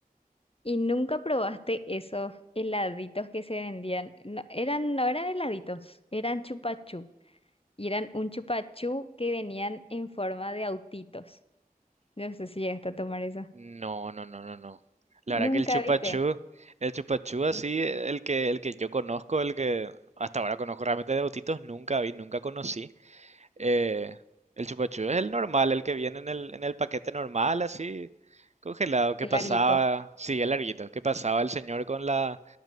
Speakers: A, on the left (about 35°); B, on the right (about 45°).
A: ¿Y nunca probaste esos heladitos que se vendían? No eran, no eran heladitos, eran chupachú. Y eran un chupachú que venían en forma de autitos. No sé si llegaste a tomar eso.
B: No, no, no, no, no. La
A: Nunca
B: verdad que el chupachú,
A: viste
B: el chupachú así, el que, el que yo conozco, el que hasta ahora conozco realmente de autitos, nunca vi, nunca conocí. Eh, el chupachú es el normal, el que viene en el, en el paquete normal, así, congelado, que
A: el
B: pasaba,
A: larguito.
B: sí, el larguito, que pasaba el señor con la,